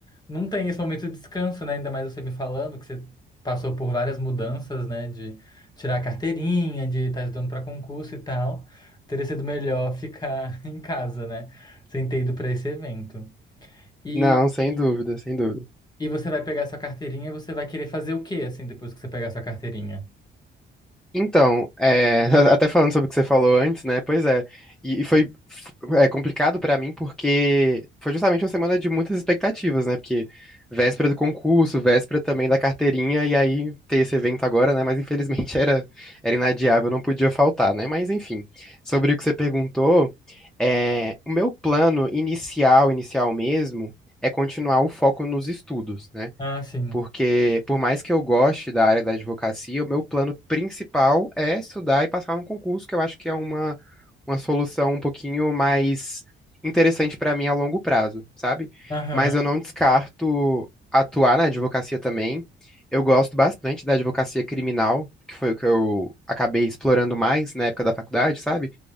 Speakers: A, on the left; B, in the centre.
A: não tenha esse momento de descanso, né, ainda mais você me falando que você passou por várias mudanças, né, de tirar a carteirinha, de estar estudando para concurso e tal. Teria sido melhor ficar <laughs> em casa, né, sem ter ido para esse evento. E,
B: Não, sem
A: e,
B: dúvida, sem dúvida.
A: e você vai pegar sua carteirinha e você vai querer fazer o quê, assim, depois que você pegar sua carteirinha?
B: Então, é, <laughs> até falando sobre o que você falou antes, né? Pois é. E, e foi f- é, complicado pra mim porque foi justamente uma semana de muitas expectativas, né? Porque véspera do concurso, véspera também da carteirinha, e aí ter esse evento agora, né? Mas infelizmente <laughs> era, era inadiável, não podia faltar, né? Mas enfim, sobre o que você perguntou, é, o meu plano inicial, inicial mesmo, é continuar o foco nos estudos, né?
A: Ah, sim.
B: Porque, por mais que eu goste da área da advocacia, o meu plano principal é estudar e passar num concurso, que eu acho que é uma, uma solução um pouquinho mais interessante para mim a longo prazo, sabe?
A: Aham.
B: Mas eu não descarto atuar na advocacia também. Eu gosto bastante da advocacia criminal, que foi o que eu acabei explorando mais na época da faculdade, sabe?